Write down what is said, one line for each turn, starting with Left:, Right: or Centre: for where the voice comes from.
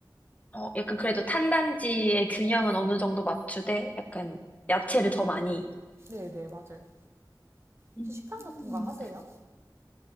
Left: 어, 약간 그래도 탄단지의 균형은 어느 정도 맞추되 약간 야채를 더 많이
Right: 네네 맞아요.
Left: 음.
Right: 혹시 식단 같은 거 하세요?